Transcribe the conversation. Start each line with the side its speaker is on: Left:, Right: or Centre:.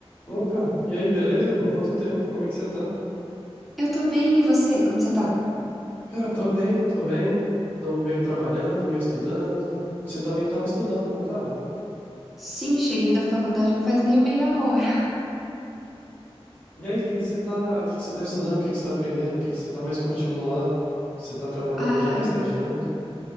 Left: Opa, e aí, beleza? Por quanto tempo? Como é que você tá?
Centre: Eu tô bem, e você? Como você tá?
Left: Cara, tô bem, tô bem. Tô meio trabalhando, meio estudando. Você também tava estudando, não tava?
Centre: Sim, cheguei da faculdade não faz nem meia hora.
Left: E aí, o que que você tá, o que que você tá estudando? O que que você tá aprendendo? O que que você tá mais curtindo lá? Você tá trabalhando
Centre: Ai,
Left: já, estagiando?